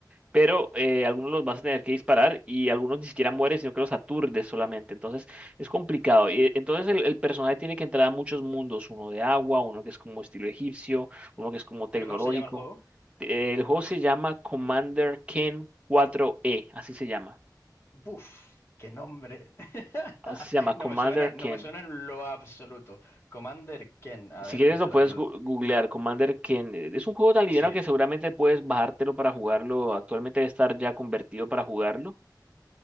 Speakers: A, on the right (about 15°); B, on the left (about 35°).
A: pero eh, algunos los vas a tener que disparar y algunos ni siquiera mueren, sino que los aturdes solamente. Entonces es complicado. Y, eh, entonces el, el personaje tiene que entrar a muchos mundos, uno de agua, uno que es como estilo egipcio, uno que es como tecnológico.
B: ¿Pero cómo se llama el juego?
A: Eh, El juego se llama Commander Ken 4E, así se llama.
B: Buf, qué nombre. <laughs>
A: Así se llama
B: No
A: Commander
B: me suena, no
A: Ken.
B: me suena en lo absoluto. Commander Ken, a
A: Si
B: ver,
A: quieres
B: espera
A: lo puedes
B: que l-
A: gu- googlear,
B: voy a...
A: Commander Ken. Eh, Es un juego tan liviano
B: Sí,
A: que seguramente puedes bajártelo para jugarlo. Actualmente debe estar ya convertido para jugarlo.